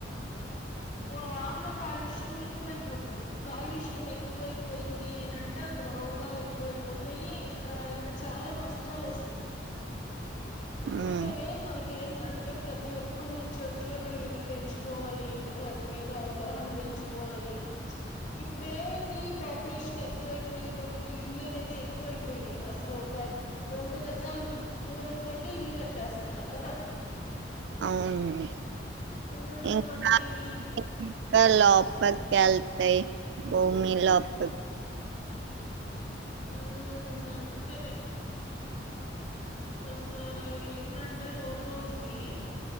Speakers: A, on the left (about 40°); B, on the right (about 70°).
A: ఓ వాహన కాలుష్యం ఎక్కువైపోతుం కాలుష్యం ఎక్కువైపోయింది అని అంటే అక్కడ రోగాలు ఎక్కువైపోతాయి క్ర ఇంకా చాలా నష్టాలు వస్తాయి అందుకనే
B: ఉమ్,
A: మన కేన్ అంటే ప్రతి ఒక్కరూ చెట్లని పెంచుకోవాలి వాటి మీద అవగాహన పెంచు కొవాలి ఇప్పుడు ఏముంది పాపులేషన్ ఎక్కువయ్యిపొయ్యే కొందికి ఇళ్ళు అనేది ఎ క్కువ అయిపోయినాయి అసలు ఒక రెండు గజాలు దూరం తో టి ఇల్లు కట్టేస్తున్నారు కదా
B: వున్
A: మ్మ్
B: ఇంకా
A: మనకి
B: ఇంకా లోపలికి వెళ్తాయి భూమి లోప
A: ఊ అందుకనే అసలు ఏందంటే రోజు రోజుకి